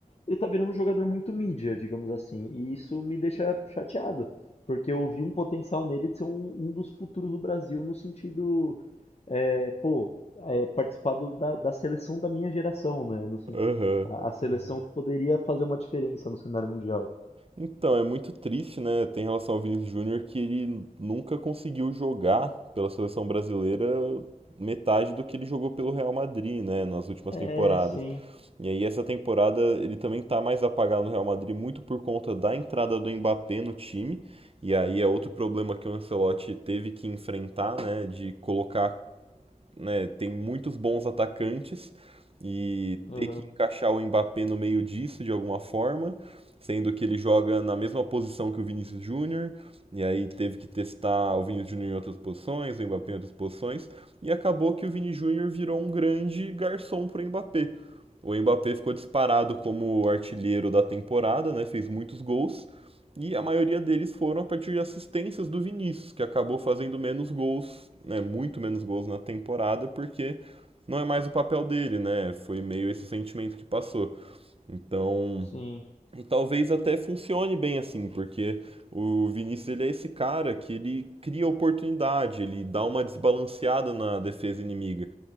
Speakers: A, on the left; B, on the right.
A: Ele tá virando um jogador muito mídia, digamos assim. E isso me deixa chateado, porque eu vi um potencial nele de ser um, um dos futuros do Brasil no sentido, é, pô, é, participar do- da, da seleção da minha geração, né? No, sen-
B: Aham.
A: a a Uhum. seleção que poderia fazer uma diferença no cenário mundial.
B: Então, é muito triste, né? Tem relação ao Vinícius Júnior que ele nunca conseguiu jogar pela seleção brasileira metade do que ele jogou pelo Real Madrid, né? Nas últimas
A: É,
B: temporadas.
A: sim.
B: E aí, essa temporada ele também tá mais apagado no Real Madrid, muito por conta da entrada do Mbappé no time. E aí é outro problema que o Ancelotti teve que enfrentar, né? De colocar né, tem muitos bons atacantes e
A: Aham,
B: ter que encaixar o Mbappé no meio disso de alguma forma, sendo que ele joga na mesma posição que o Vinícius Júnior, e aí teve que testar o Vinícius Júnior em outras posições, o Mbappé em outras posições, e acabou que o Vini Júnior virou um grande garçom para o Mbappé. O Mbappé ficou disparado como artilheiro da temporada, né, fez muitos gols, e a maioria deles foram a partir de assistências do Vinícius, que acabou fazendo menos gols, né, muito menos gols na temporada, porque não é mais o papel dele, né? Foi meio esse sentimento que passou. Então,
A: sim.
B: e talvez até funcione bem assim, porque o Vinícius ele é esse cara que ele cria oportunidade, ele dá uma desbalanceada na defesa inimiga.